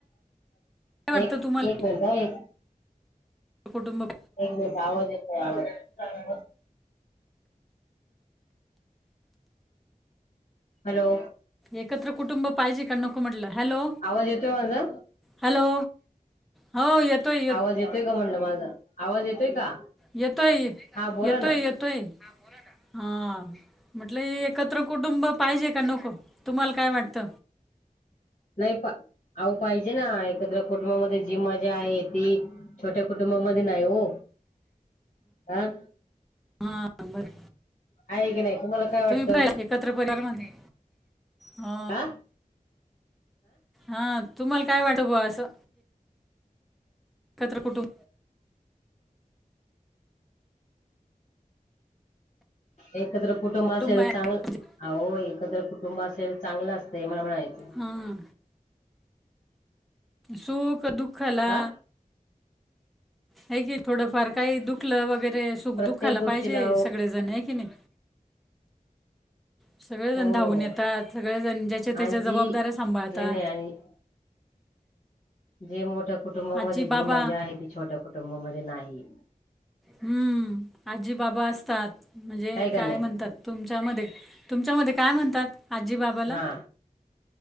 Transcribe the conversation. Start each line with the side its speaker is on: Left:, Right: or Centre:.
Centre: वाटतं
Left: एक
Centre: तुम्हाला
Left: एक मिनिट एक
Centre: कुटुंब
Left: एक मिनिट आवज येतय आवज हॅलो
Centre: एकत्र कुटुंब पाहिजे का नको म्हटलं हॅलो
Left: आवाज येतोय माझा
Centre: हॅलो हो येतोय
Left: आवाज येतोय का म्हटलं माझा आवाज येतोय का
Centre: येतोय
Left: हा बोला
Centre: येतोय
Left: ना
Centre: येतोय हा म्हटल एकत्र कुटुंब पाहिजे का नोक तुम्हाला काय वाटत
Left: नाही आ पाहिजे ना एकत्र कुटुंबामध्ये जी मजा आहे ती छोट्या कुटुंबामध्ये नाही हो आं
Centre: हा बर
Left: आहे की नाही तुम्हाला काय
Centre: तुम्ही
Left: वाटतं
Centre: रा एकत्र बजार मध्ये हो
Left: हा
Centre: हा तुम्हाला काय वाटव ब असं एकत्र कुटुंब
Left: एकत्र कुटुंब असेल
Centre: आहे
Left: चांगलं
Centre: म्हणजे
Left: अहो एकत्र कुटुंब असेल चांगलं असतंय मला म्हणायचं
Centre: हां सुख दुःखला
Left: हा
Centre: हे की थोडं फार काही दुखलं वगैरे रे सुख
Left: प्रत्येक
Centre: दुखाला
Left: गोष्टीला
Centre: पाहिजे
Left: ओ
Centre: सगळे जण आहे की नाही सगळेजण
Left: हो
Centre: धावून येतात सगळेजण ज्याच्या त्याच्या
Left: आणि
Centre: जबाबदाऱ्या
Left: जी
Centre: सांभाळतात
Left: नाही नाही आणि जे मोठ्या कुटुंबामध्ये
Centre: आजी
Left: जी
Centre: बाबा
Left: मजा आहे ती छोट्या कुटुंबामध्ये नाही
Centre: हम्म आजी बाबा असतात म्हणजे
Left: आहे का
Centre: काय
Left: नाही
Centre: म्हणतात तुमच्या म तुमच्यामध्ये काय म्हणतात आजी बाबाला
Left: हा